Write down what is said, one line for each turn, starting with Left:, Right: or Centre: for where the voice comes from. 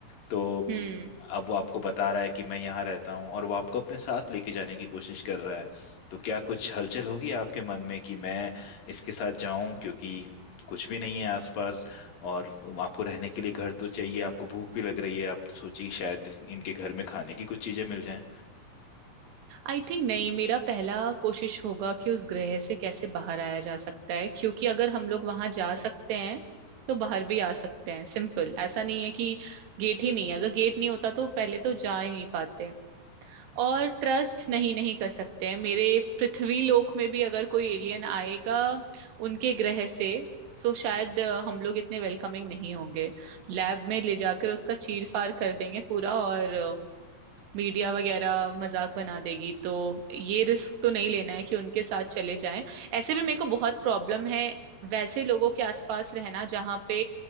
Left: तो
Right: हम्म
Left: अब वो आपको बता रहा है कि मैं यहाँ रहता हूँ और वो आपको अपने साथ लेके जाने की कोशिश कर रहा है तो क्या कुछ हलचल होगी आपके मन में कि मैं इसके साथ जाऊं क्योंकि कुछ भी नहीं है आसपास और आपको रहने के लिए घर तो चाहिए आपको भूख भी लग रही है आप सोचिए शायद इस- इनके घर में खाने की कुछ चीजें मिल जाएं
Right: आई थिंक नहीं मेरा पहला कोशिश होगा कि उस ग्रह से कैसे बाहर आया जा सकता है क्योंकि अगर हम लोग वहां जा सकते हैं तो बाहर भी आ सकते हैं सिंपल ऐसा नहीं है कि गेट ही नहीं है अगर गेट नहीं होता तो पहले तो जा ही नहीं पाते और ट्रस्ट नहीं नहीं कर सकते हैं मेरे पृथ्वी लोक में भी अगर कोई एलियन आएगा उनके ग्रह से सो शायद अ, हम लोग इतने वेलकमिंग नहीं होंगे लैब में ले जाकर उसका चीर फाड़ कर देंगे पूरा और मीडिया वगैरह मजाक बना देगी तो ये रिस्क तो नहीं लेना है कि उनके साथ चले जाएं ऐसे भी मेरे को बहुत प्रॉब्लम है वैसे लोगों के आसपास रहना जहाँ पे